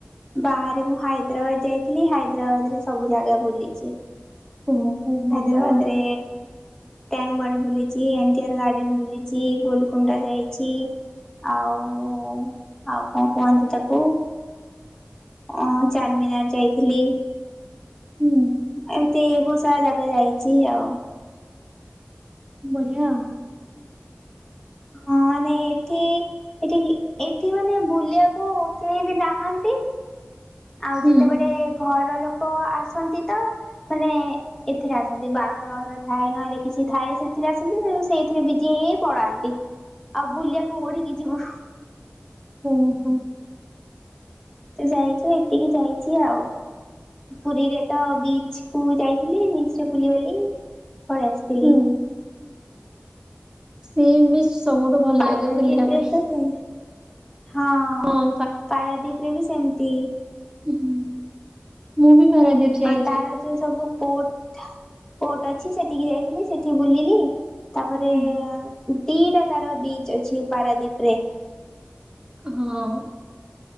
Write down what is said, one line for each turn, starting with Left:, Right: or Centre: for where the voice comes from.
Left: ବାହାରେ ମୁଁ ହାଇଦ୍ରାବାଦ ଯାଇଥିଲି ହାଇଦ୍ରାବାଦ ରେ ସବୁ ଜାଗା ବୁଲିଛି।
Right: ଓହୋ ଭଲ
Left: ହାଇଦ୍ରବାଦରେ
Right: ଆଉ
Left: ଟ୍ୟାଙ୍କ ବଣ୍ଡ ବୁଲିଛି ଇଡେନ ଗାର୍ଡେନ ବୁଲିଛି ଗୋଲକୁଣ୍ଡା ଯାଇଛି। ଆଉ ଆଉ କଣ କୁହନ୍ତି ତାକୁ? ଅ ଚାନ୍ଦମିନାର ଯାଇଥିଲି।
Right: ହୁଁ।
Left: ଏମତି ବହୁତ ସାରା ଜାଗା ଯାଇଛି ଆଉ।
Right: ବଢିଆ ଆଉ।
Left: ହଁ ମାନେ ଏଠି ଏଠି ଏଠି ମାନେ ବୁଲିଆକୁ କେହି ବି ନାହାନ୍ତି। ଆଉ
Right: ହୁଁ।
Left: ଯେତେବେଡେ ଘର ଲୋକ ଆସନ୍ତି ତ ମାନେ ଏଥିରେ ଆସନ୍ତି ବାହାଘର ମାଘର ଥାଏ ନହେଲେ କିଛି ଥାଏ ସେଥିରେ ଆସନ୍ତି <unintelligible> ସେଇଥିରେ ବିଜି ଏଇଏଇ ପଳାନ୍ତି ଆଉ ବୁଲିଆକୁ କୋଠିକି ଯିବୁ।
Right: ଓ ହୋ।
Left: ତ ଯାଇଚୁ ଏତିକି ଯାଇଚି ଆଉ ପୁରୀରେ ତ ବିଚ୍। କୁ ଯାଇଥିଲି ବିଚ୍ ରେ ବୁଲିବାଲି ପଳେଇ ଆସିତିଲି।
Right: ହୁଁ। ସି ବିଚ୍ ସବୁଠୁ ଭଲ
Left: ପାରାଦୀପରେ
Right: ଲାଗେ ବୁଲିଆ ପାଇଁ।
Left: ତ ସେ ହଁ
Right: ହଁ
Left: ପାରାଦୀପ୍ ରେ ବି ସେମିତି।
Right: ଉଁହୁଁ ମୁଁ ବି ପାରାଦୀପ୍ ଯାଇଚି।
Left: ତାର ଯୋଉ ସବୁ ପୋର୍ଟ ପୋର୍ଟ ଅଛି ସେଟିକି ଯାଇଥିଲି ସେଠି ବୁଲିଲି। ତାପରେ
Right: ହୁଁ
Left: ଦିଟା ତାର ବିଚ୍ ଅଛି ପାରାଦୀପ୍ ରେ।
Right: ହଁ।